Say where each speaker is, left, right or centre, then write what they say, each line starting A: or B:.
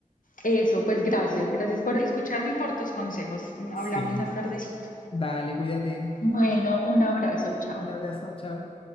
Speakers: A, on the left (about 75°); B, on the left (about 40°).
A: eso, pues gracias, gracias por escucharme y por tus consejos.
B: Sí,
A: Hablamos más tardecito.
B: dale, cuídate.
A: Bueno, un abrazo, chao.
B: Un abrazo, chao.